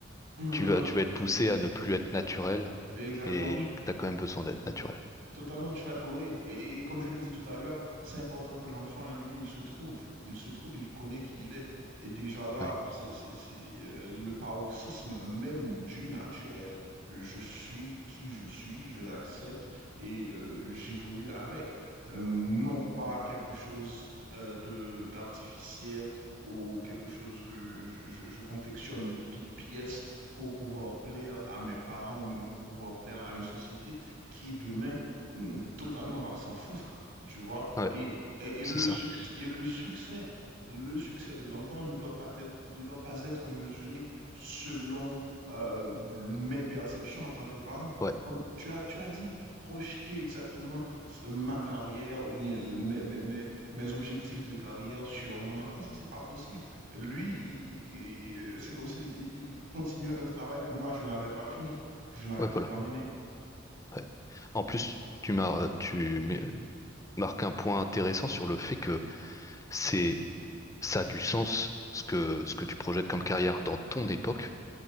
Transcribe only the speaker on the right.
mm,
non,
tu-
exactement.
Totalement, tu vas te gourer. Et, et- et comme je l'ai dit tout à l'heure, c'est important que l'enfant, lui, il se trouve. Il se trouve, il connaît qui il est. Et déjà là,
c'est c'est- c'est, euh, le paroxysme même du naturel. Je suis qui je suis, je l'accepte et euh, j'évolue avec. Euh, non pas quelque chose euh, de d'artificiel ou quelque chose que je, je- je confectionne de toutes pièces pour pouvoir plaire à mes parents ou bien pour pouvoir plaire à une société qui demain hum, totalement va s'en foutre, tu vois.
Et, et, et
le
succès, et le succès, le succès de l'enfant ne doit pas être, ne doit pas être mesuré selon euh, mes perceptions en tant que parent.
Comme tu as, tu as dit, projeter exactement ce- ma carrière ou bien mes, mes, mes, mes objectifs de carrière sur mon enfant, ça c'est pas possible. Lui, il- il- il- c'est comme s'il il il continuait un travail que moi je n'avais pas fini, que je n'avais
pas
terminé.